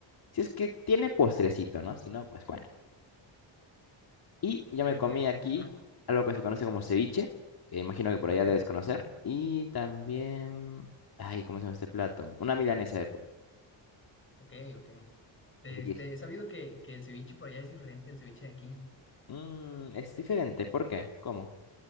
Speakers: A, on the left (about 50°); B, on the left (about 25°).
A: si es que tiene postrecito, ¿no? Si no, pues bueno. Y
B: Ok,
A: yo me comí
B: ok, ok,
A: aquí
B: ajá,
A: algo que se conoce como
B: sí,
A: ceviche, que imagino que por
B: ok,
A: allá debes conocer. Y también, ay, ¿cómo se llama este plato? Una milanesa de pollo.
B: ok, ok. De
A: Riquísimo.
B: Este, he sabido que, que el ceviche por allá es diferente al ceviche de aquí.
A: Mm, es diferente. ¿Por qué? ¿Cómo?